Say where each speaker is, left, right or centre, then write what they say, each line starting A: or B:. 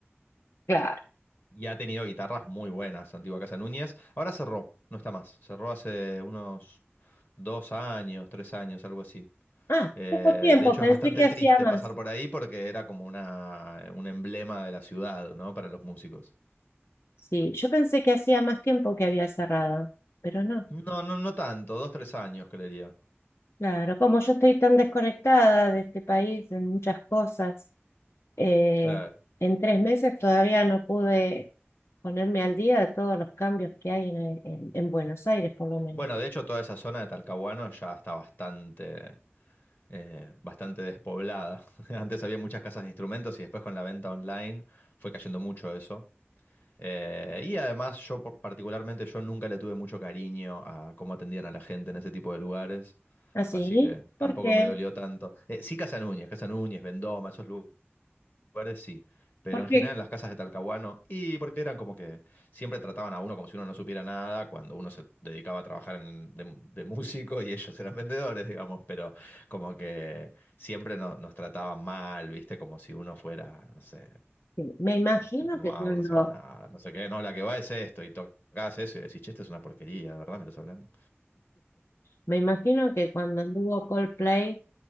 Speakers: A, on the left; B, on the left.
A: Claro.
B: Y ha tenido guitarras muy buenas, Antigua Casa Núñez. Ahora cerró, no está más. Cerró hace unos dos años, tres años, algo así.
A: Ah,
B: Eh,
A: poco tiempo,
B: de hecho,
A: pensé
B: es bastante
A: que
B: triste
A: hacía más.
B: pasar por ahí porque era como una, un emblema de la ciudad, ¿no? Para los músicos.
A: Sí, yo pensé que hacía más tiempo que había cerrado, pero no.
B: No, no, no tanto, dos, tres años, creería.
A: Claro, como yo estoy tan desconectada de este país en muchas cosas, eh,
B: Claro.
A: en tres meses todavía no pude ponerme al día de todos los cambios que hay en, en- en Buenos Aires, por lo menos.
B: Bueno, de hecho, toda esa zona de Talcahuano ya está bastante, eh, bastante despoblada. <laughs> Antes había muchas casas de instrumentos y después con la venta online fue cayendo mucho eso. Eh, y además, yo por- particularmente, yo nunca le tuve mucho cariño a cómo atendían a la gente en ese tipo de lugares.
A: ¿Así?
B: Así que tampoco
A: ¿Por qué?
B: me dolió tanto. Eh, sí, Casa Núñez, Casa Núñez, Vendoma, esos lugares lugares sí, pero
A: Porque
B: en general en las casas de Talcahuano, y porque eran como que siempre trataban a uno como si uno no supiera nada, cuando uno se dedicaba a trabajar en- de, de músico y ellos eran vendedores, digamos, pero como que siempre no- nos trataban mal, ¿viste? Como si uno fuera, no sé,
A: sí, me imagino
B: ¿viste? Como,
A: que
B: ah,
A: cuando...
B: vos no sabes nada, no sé qué, no, la que va es esto, y tocás eso y decís, che, esto es una porquería, ¿de verdad me estás hablando?
A: Me imagino que cuando anduvo Coldplay